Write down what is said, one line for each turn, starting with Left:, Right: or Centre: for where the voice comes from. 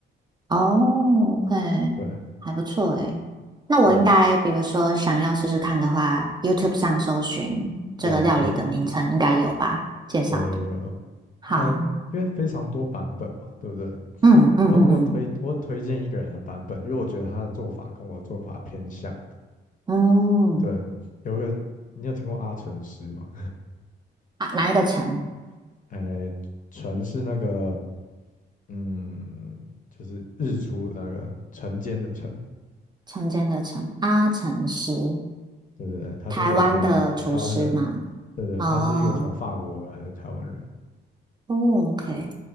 Right: 哦，OK，
Left: 对，
Right: 还不错诶。那我应该，
Left: 嗯，
Right: 比如说想要试试看的话，YouTube 上搜寻这个料理的名称，
Left: 有，觉得
Right: 应该有吧？介绍的。
Left: 有有有有。
Right: 好，
Left: 那因为非常多版本嘛，对不对？
Right: 嗯嗯嗯嗯
Left: 我我推我推荐一个人的版本，因为我觉得他的做法跟我的做法偏向。
Right: 嗯。
Left: 对，有个你有听过阿成师吗？
Right: 啊，哪一个陈？
Left: <laughs> 哎，纯是那个嗯，就是日出的那个晨间的晨，
Right: 陈间的陈，阿陈师，
Left: 对对对，他是一个比较台湾人，
Right: 台湾的厨师吗？
Left: 对对，
Right: 哦，
Left: 他是一个从法国回来的台湾人，
Right: 哦，OK，